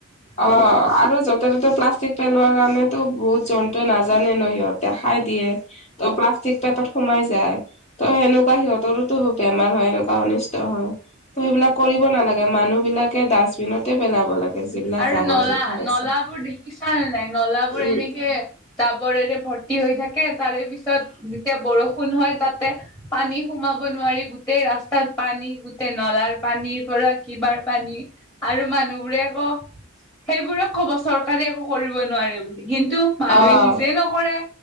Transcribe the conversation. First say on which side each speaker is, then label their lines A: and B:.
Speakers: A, on the left; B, on the left.
A: অ আৰু যতে ততে প্লাষ্টিক পেলোৱাৰ কাৰণেতো বহুত জন্তুৱে নাজানে ন সিহঁতে। খাই দিয়ে ত প্লাষ্টিক পেটত সোমাই যায় ত সেনেকুৱা সিহঁতৰোতো বেমাৰ হয়। তেনেকুৱা অনিষ্ট হয় ত সেইবিলাক কৰিব নালাগে মানুহ বিলাকে ডাষ্টবিনতে পেলাব লাগে। যিবিলাক
B: আৰু
A: জাবৰ
B: নলা
A: জোথৰ আছে।
B: নলাবোৰ দেখিছা নাই নলাবোৰ
A: উম
B: এনেকে। টাবৰেৰে ভৰ্তি হৈ থাকে তাৰে পিছত যেতিয়া বৰষুণ হয় তাত। তে পানী সোমাব নোৱাৰি গোটেই ৰাস্তাত পানী গোটেই নলাৰ পানীৰ। কৰা কিবাৰ পানী আৰু মানুহ বোৰে ক। সেইবোৰক কব চৰকাৰে একো কৰিব নোৱাৰে বুলি কিন্তু মানুহে
A: অ
B: নিজে নকৰে।